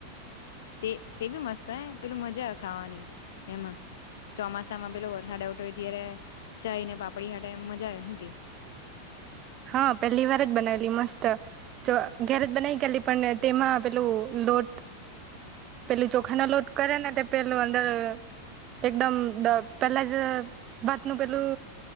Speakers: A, on the left; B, on the right.
A: તે તે બી મસ્ત તો પેલું મજા આવે ખાવાની એમાં ચોમાસામાં પેલો વરસાાડઉટોય ત્યારે ચાય ને પાપડી હાટે મજા આવે હું ક
B: હા પહેલી વાર જ બનાવેલી મસ્ત જો ઘેરેજ બનાવી ગલી પણ તેમાં પેલું લોટ પેલું ચોખા ના લોટ કરે ને તે પેલું અંદર એકદમ પેલા જ ભત નું પેલું